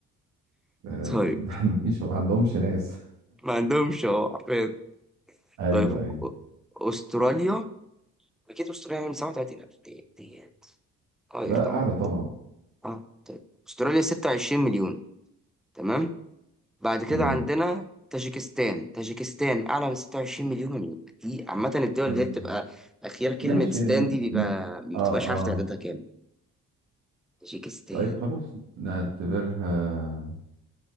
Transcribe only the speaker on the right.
آه
<laughs> مفيش ما عندهمش ناس
<laughs> ايوه
ايوه
لا اعلى طبعا
تمام
مم.
ماشي
يعني-
اه
اه
طيب خلاص نعتبرها